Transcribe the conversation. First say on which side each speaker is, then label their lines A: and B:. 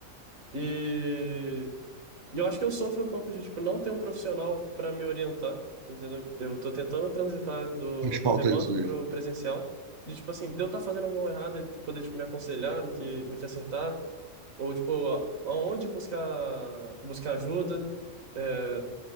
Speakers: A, on the right (about 80°); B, on the right (about 40°).
A: e E eu acho que eu sofro um pouco de, tipo, não ter um profissional para me orientar, entendeu? Eu tô tentando transitar do,
B: Faz
A: do
B: falta
A: remoto
B: isso mesmo.
A: pro presencial, de, tipo, assim, de eu estar fazendo alguma errada ele poder, tipo, me aconselhar no que, no que acertar, ou, tipo, a- aonde buscar, buscar ajuda. É,